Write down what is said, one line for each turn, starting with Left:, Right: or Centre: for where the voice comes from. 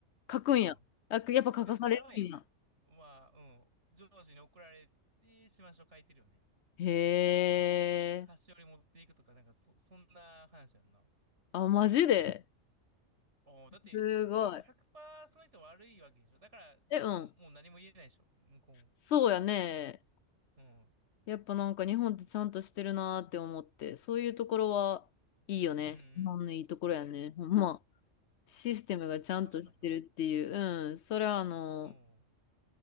Left: 書くんや。
Right: うん。
Left: あ、やっぱ書かされるんや。
Right: え、それやばいよ。まあ、うん。上司に怒られて、しましょう書いてるよね。
Left: へえ。
Right: 菓子折り持っていくとか、なんか、そ、そんな話やんな。
Left: あ、マジで
Right: おおだって、
Left: すごい。
Right: もう100%その人悪いわけでしょ。だから、
Left: え、
Right: その、
Left: うん。
Right: もう何も言えないでしょ。向こうも。
Left: そうやね。
Right: うん。
Left: やっぱなんか日本ってちゃんとしてるなーって思って、そういうところはいいよね。
Right: うんうん。
Left: 日本のいいところやね。ほんま。システムがちゃんとしてるっていう、
Right: 確かにな。
Left: うん、それはあの、
Right: うん。